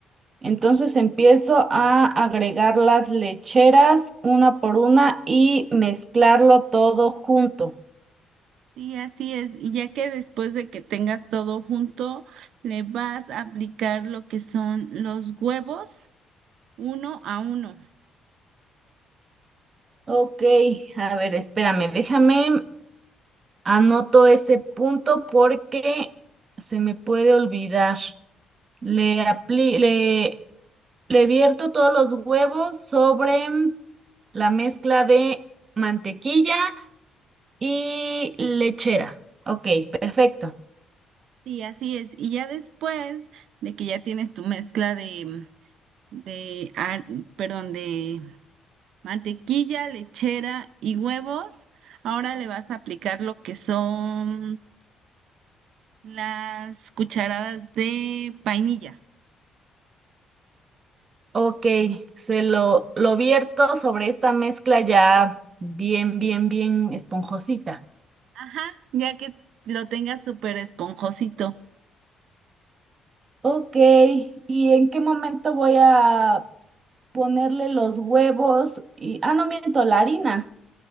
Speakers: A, on the right; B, on the right.
A: entonces empiezo a agregar las lecheras una por una y mezclarlo todo junto.
B: Sí, así es. Y ya que después de que tengas todo junto, le vas a aplicar lo que son los huevos uno a uno.
A: Ok, a ver, espérame, déjame. Anoto ese punto porque se me puede olvidar. Le apli- le, le vierto todos los huevos sobre la mezcla de mantequilla y lechera. Ok, perfecto.
B: Sí, así es. Y ya después de que ya tienes tu mezcla de, de, ar- perdón, de mantequilla, lechera y huevos, ahora le vas a aplicar lo que son las cucharadas de vainilla.
A: Ok, se lo, lo vierto sobre esta mezcla ya bien, bien, bien esponjosita.
B: Ajá, ya que lo tengas súper esponjosito.
A: Ok, ¿y en qué momento voy a ponerle los huevos? Y, ah, no miento, la harina.